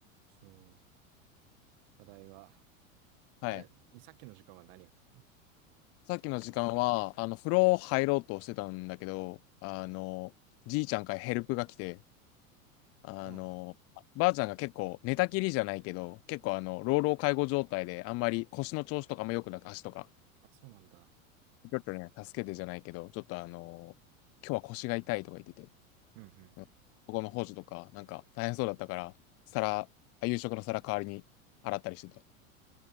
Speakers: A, on the right; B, on the left.
A: そう。課題は、あれ、
B: はい。
A: さっきの時間は何やってたの
B: さっきの時間は、あの、風呂入ろうとしてたんだけど、あの、じいちゃんからヘルプが来て、あの、
A: うん。あ、
B: ばあちゃんが結構寝たきりじゃないけど、結構あの、老老介護状態で、あんまり腰の調子とかも良くなく、足とか、
A: そうなんだ。
B: ちょっとね、助けてじゃないけど、ちょっとあの、今日は腰が痛いとか言ってて、
A: うんうん。
B: うん、ここの補助とか、なんか大変そうだったから、皿、あ夕食の皿代わりに洗ったりしてた。